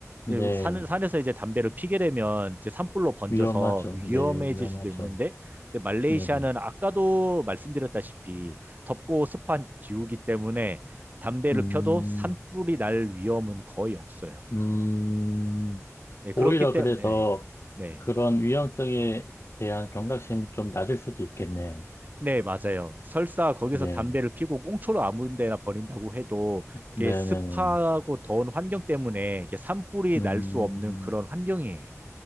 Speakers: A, on the left (about 50°); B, on the right (about 35°).
A: 네,
B: 이제 산, 산에서 이제 담배를 피게 되면 이제 산불로 번져서
A: 위험하죠.
B: 위험해질
A: 네, 위험하죠.
B: 수도 있는데 근데 말레이시아는
A: 네네.
B: 아까도 말씀드렸다시피 덥고 습한 기후기 때문에 담배를
A: 음,
B: 펴도 산불이 날 위험은 거의 없어요.
A: 음,
B: 네, 그렇기
A: 오히려
B: 때문에
A: 그래서
B: 네.
A: 그런 위험성에 대한 경각심이 좀 낮을 수도 있겠네요.
B: 네, 맞아요. 설사 거기서
A: 네,
B: 담배를 피고 꽁초로 아무 데나 버린다고 해도 이게
A: 네네네.
B: 습하고 더운 환경 때문에 이게 산불이
A: 음,
B: 날 수 없는 그런 환경이에요.